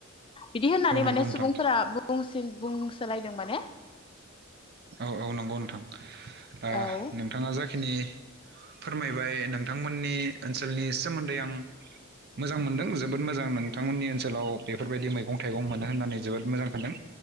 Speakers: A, on the left (about 25°); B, on the right (about 50°).
A: बिदि होननानै
B: औ नंगौ
A: माने
B: नोंथां
A: सुबुंफोरा बुंसिन बुं सोलायदों माने
B: औ औ नंगौ नोंथां ओ
A: औ
B: नोंथाङा जाय खिनि फोरमायबाय नोंथांमोननि ओनसोलनि सोमोन्दै आं मोजां मोनदों जोबोद मोजां नोंथांमोननि ओनसोलाव बेफोरबायदि मैगं थाइगं मोनो होननानै जोबोद मोजां सानदों